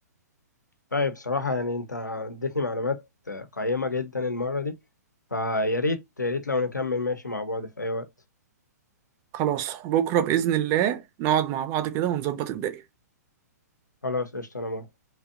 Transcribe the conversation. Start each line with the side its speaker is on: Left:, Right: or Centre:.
Left: طيب صراحة يعني أنت اديتني معلومات آه، قيمة جدا المرة دي فيا ريت يا ريت لو نكمل ماشي مع بعض في أي وقت
Right: خلاص بكرة بإذن الله نقعد مع بعض كده ونظبط الدنيا
Left: خلاص قشطة أنا موافق.